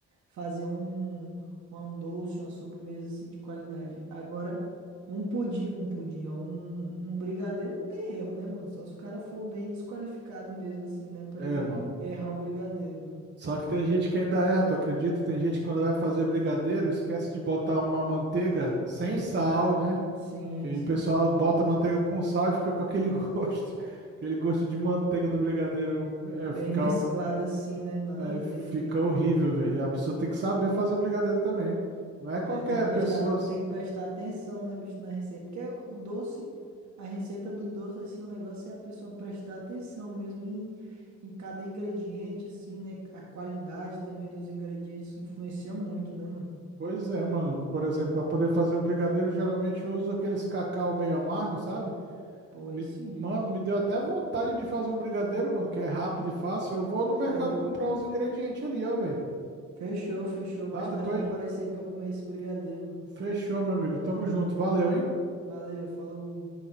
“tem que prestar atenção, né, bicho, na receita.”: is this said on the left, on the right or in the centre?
Right